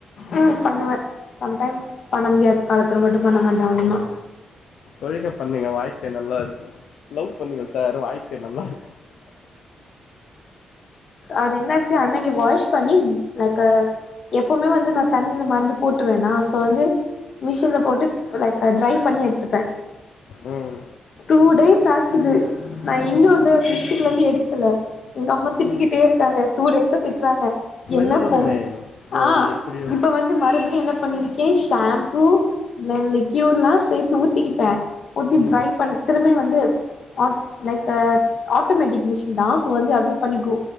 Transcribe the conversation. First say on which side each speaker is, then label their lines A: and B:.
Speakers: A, on the left; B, on the left.
A: ஆ பண்ணுவே சம்டைம்ஸ் பண்ண முடியாத காலத்துல மட்டு பண்ண மாட்டோ அவ்ள தா
B: தொழுக பண்ணுங்க வாழ்க்க நல்லாருக்கு லவ் பண்ணுங்க சார் வாழ்க்க நல்லாருக்கு
A: அது என்னாச்சு அன்னக்கி வாஷ் பண்ணி லைக்க எப்போமே வந்து நா தண்ணில மறந்து போட்ருவேனா ஸோ வந்து மிஷின்ல போட்டு லைக் அத ட்ரை பண்ணி எட்த்துப்பே
B: ம்
A: டூ டேஸ் ஆச்சுது நா இன்னு அந்த மிஷின்லந்து எடுக்கல எங்கம்மா திட்டக்கிட்டேரு
B: ம்
A: க்காங்க டூ டேஸா திட்றாங்க
B: ஸ்மெல்
A: என்னப்
B: வருமே
A: பொ
B: ஒரு
A: ஆ
B: எப்டியோ
A: இப்ப வந் து மறுப்டியு என்ன பண்ணிருக்கே ஷாம்பூ தென் லிகுய்ட்லா சேத்து ஊத்திக்கிட்டே ஊத்தி
B: ம்
A: ட்ரை பண் திரும்பி வந்து ஆ லைக்க ஆட்டோமேட்டிக் மிஷின் தா ஸோ வந்து அதுவே பண்ணிக்கு